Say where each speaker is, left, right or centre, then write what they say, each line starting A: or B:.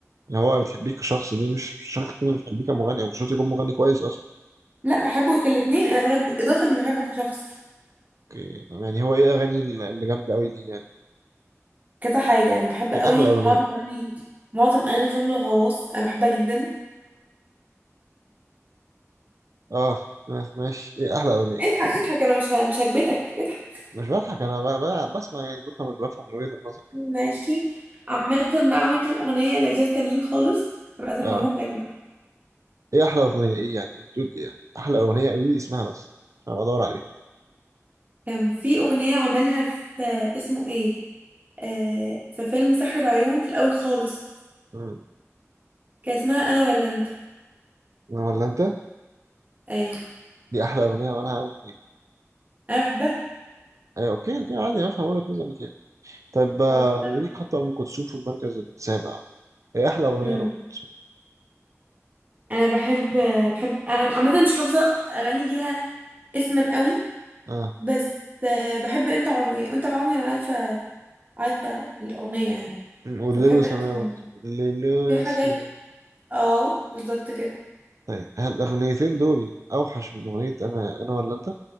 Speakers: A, on the right; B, on the right.
A: اللي هو بتحبيه كشخص دي مش مش شرط تكون بتحبيه كمغني او مش شرط يكون مغني كويس اصلا
B: لا بحبه كالاتنين انا بقولك بالاضافة اني بحبه كشخص
A: اوكي طب يعني هو ايه الاغاني اللي اللي جامدة قوي دي يعني
B: كذا حاجة انا بحب
A: ايه
B: قوي
A: احلى اغنية
B: معظم اغاني معظم اغاني فيلم الغواص انا بحبها جدا
A: اه ما- ماشي ايه احلى اغنية
B: اضحك اضحك انا مش ه... مش هكبتك اضحك
A: مش بضحك انا ب- ب- بسمع يعني بفهم بفهم من وجهة النظر
B: ماشي عامة بقى عمل كام اغنية لذيذ تانيين خالص هبقى اسمعهم
A: اه
B: لك بقى
A: ايه احلى اغنية ايه يعني إيه بتقول ايه يعني احلى اغنية قولي لي اسمها بس عشان بدور عليها
B: كان في اغنية عملها في اسمه ايه آه... في فيلم سحر العيون في الاول خالص
A: مم.
B: كان اسمها انا ولا انت
A: ولا انت
B: ايوه
A: دي احلى اغنية وانا هعمل ايه
B: انا بحبها
A: ايوه اوكي اوكي عادي افهم وجهة نظرك يعني طب آه،
B: اه
A: بما
B: انا بحب.
A: انك حاطه ام كلثوم في المركز السابع ايه احلى اغنيه
B: مم.
A: لام كلثوم
B: انا بحب بحب انا عامة مش حافظة اغاني ليها اسما قوي
A: اه
B: بس آه، بحب انت عمري انت عمري انا عارفة عارفة الاغنية يعني
A: أمم، والليل
B: فبحب
A: وسماه
B: انت عمري
A: برضه الليل وسماه
B: في حاجات اه بالظبط كده
A: طيب هل الاغنيتين دول اوحش من اغنيه انا انا ولا انت